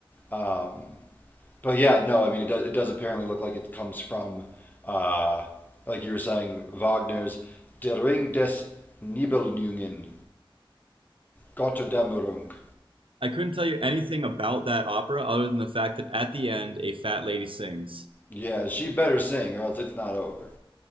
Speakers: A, on the left; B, on the right.
A: Um, but yeah, no, I mean, it does, it does apparently look like it comes from, uh, like you were saying, Wagner's Der Ring des Nibelungen, Gotterdammerung.
B: I couldn't tell you anything about that opera other than the fact that at the end a fat lady sings.
A: Yeah, she better sing or else it's not over.